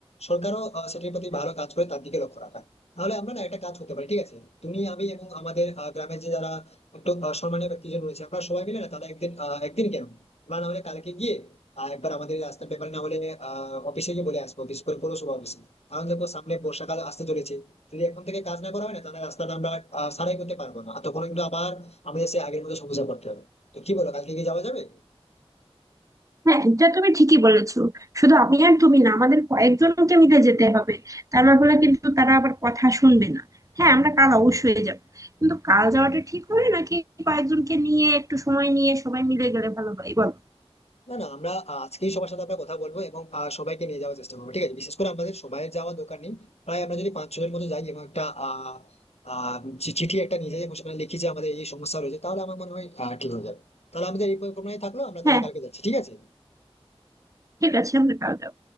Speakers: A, on the left (about 80°); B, on the right (about 30°).
A: সরকারও আহ, সেটির প্রতি ভালো কাজ করে তার দিকে লক্ষ্য রাখা তাহলে আমরা না একটা কাজ করতে পারি ঠিক আছে তুমি আমি এবং আমাদের আহ, গ্রামের যে যারা একটু আহ, সম্মানীয় ব্যক্তিজন রয়েছে আমরা সবাই মিলে না তারা একদিন আহ, একদিন কেন আমরা না হলে কালকে গিয়ে আহ, একবার আমাদের এই রাস্তার ব্যাপারে না হলে আহ অফিসে গিয়ে বলে আসবো বিশেষ করে পৌরসভা অফিসে কারণ দেখো সামনে বর্ষাকাল আসতে চলেছে যদি এখন থেকে কাজ না করা হয় না তাহলে রাস্তাটা আমরা আহ, সারাই করতে পারবো না আর তখন কিন্তু আবার আমাদের সেই আগের মতো সমস্যা করতে হবে তো কি বলো কালকে কি যাওয়া যাবে
B: হ্যাঁ এটা তুমি ঠিকই বলেছো শুধু আমি আর তুমি না আমাদের কয়েকজনকে মিলে যেতে হবে তা না হলে কিন্তু তারা আবার কথা শুনবে না হ্যাঁ আমরা কাল অবশ্যই যাব কিন্তু কাল যাওয়াটা ঠিক হবে নাকি কয়েকজনকে নিয়ে একটু সময় নিয়ে সবাই মিলে গেলে ভালো হয় বলো
A: না না আমরা আহ, আজকেই সবার সাথে আমরা কথা বলবো এবং আহ, সবাইকে নিয়ে যাওয়ার চেষ্টা করবো ঠিক আছে বিশেষ করে আমাদের সবাই যাওয়ার দরকার নেই প্রায় আমরা যদি পাঁচ ছজনের মতো যাই এবং একটা আহ আহ চি- চিঠি একটা নিয়ে যাই এবং সেখানে লিখি যে আমাদের এই সমস্যা রয়েছে তাহলে আমার মনে হয় আহ, ঠিক হয়ে যাবে তাহলে আমাদের এই পরিকল্পনাই থাকলো আমরা তাহলে
B: হ্যাঁ
A: কালকে যাচ্ছি ঠিক আছে
B: ঠিক আছে আমরা কাল যাব